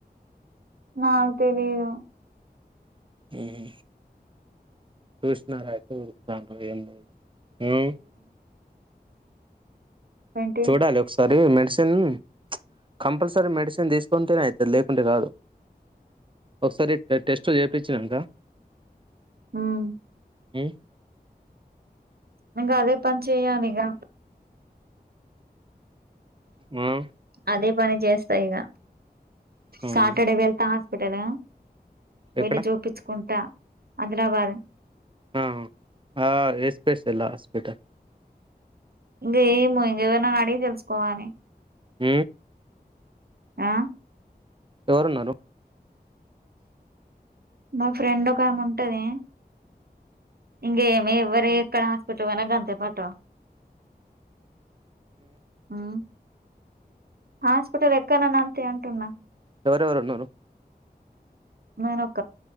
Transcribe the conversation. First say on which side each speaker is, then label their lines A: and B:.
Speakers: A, on the right; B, on the right.
A: నాకు తెలీదు
B: ఉహు చూసిన గాబట్టె ఉరుకుతాంటావ్ ఏమి నువ్
A: ఏంటి
B: చూడాలి ఒకసార్ ది మెడిసిన్ చ్ కంపల్సరీ మెడిసిన్ తీసుకుంటేనే అయితది లేకుంటే కాదు ఒకసారి టె టెస్ట్ చేపిచిండ్రా
A: మ్మ్
B: మ్మ్
A: ఇంగా అదే పని చెయ్యాలి ఇగా
B: మ్మ్
A: అదే పని చేస్తా ఇగ
B: అవును
A: సాటర్డే వెళ్తా హాస్ పెట్టేదె వెళ్ళి
B: ఎక్కడ
A: చూపిచుకుంటా ఆదిలాబాద్
B: ఆ ఆ ఎస్పేస్ హాస్పిటల్
A: ఇంగా ఏమో ఇంకెవరినన్నా అడిగి తెలుసుకోవాలి
B: ఊ
A: ఆ
B: ఎవరున్నారు
A: మా ఫ్రెండ్ ఒకేమి ఉంటది ఇంగేమి ఎవర్ ఇక్కడ హాస్పిటల్ పోయినా గంతే పాట్ మ్మ్ హాస్పిటల్ ఎక్కనన్న అంతే అంటున్నా
B: ఎవరెవరు ఉన్నారు
A: <unintelligible>